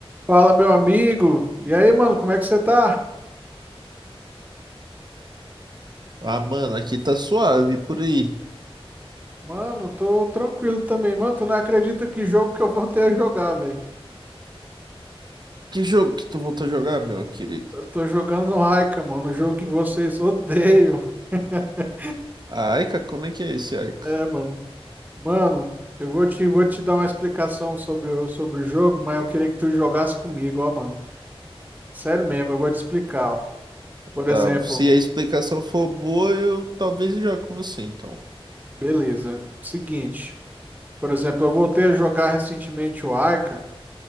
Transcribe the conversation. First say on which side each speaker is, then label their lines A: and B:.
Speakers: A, on the right (about 15°); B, on the right (about 45°).
A: Fala, meu amigo. E aí, mano, como é que você tá?
B: Ah, mano, aqui tá suave por aí.
A: Mano, tô tranquilo também. Mano, tu não acredita que jogo que eu voltei a jogar, velho.
B: Que jogo que tu voltou a jogar, meu querido?
A: Eu tô jogando no Raika, mano, o jogo que vocês odeiam. <laughs>
B: A Aika, como é que é esse Aika?
A: É, mano. Mano, eu vou te, vou te dar uma explicação sobre, o- sobre o jogo, mas eu queria que tu jogasse comigo, ó, mano. Sério mesmo, eu vou te explicar, ó. Por
B: Tá,
A: exemplo,
B: se a explicação for boa, eu talvez jogue com você, então.
A: beleza. Seguinte, por exemplo, eu voltei a jogar recentemente o Aika,